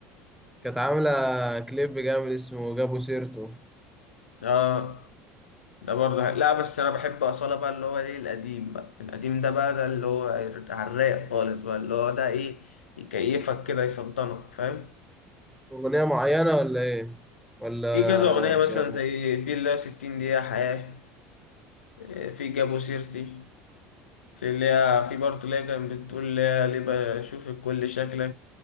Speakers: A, in the centre; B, on the left (about 80°).
A: كانت عاملة كليب جامد اسمه جابوا سيرته
B: آه ده برضه حق- لا بس انا بحب اصاله بقى اللي هو ايه القديم بقى القديم ده بقى ده اللي هو على الرايق خالص بقى اللي هو ده ايه يكيفك كده يسلطنك فاهم
A: أغنية معينة ولا إيه؟ ولا
B: في كذا اغنيه مثلا
A: شغال
B: زي في اللي هي 60 دقيقه حياه إيه، في جابوا سيرتي في اللي هي في برضه اللي هي كانت بتقول اللي هي ليه بشوفك كل شكلك